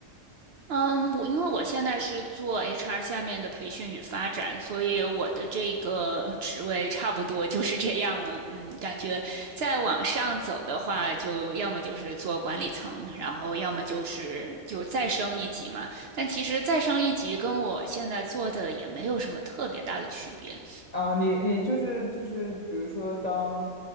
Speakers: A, on the right (about 65°); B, on the left (about 45°).
A: 嗯，我因为我现在是做 HR 下面的培训与发展，所以我的这个职位差不多就是这样了。嗯，感觉再往上走的话，就要么就是做管理层，然后要么就是就再升一级嘛。但其实再升一级跟我现在做的也没有什么特别大的区别，
B: 啊，你你就是就是比如说当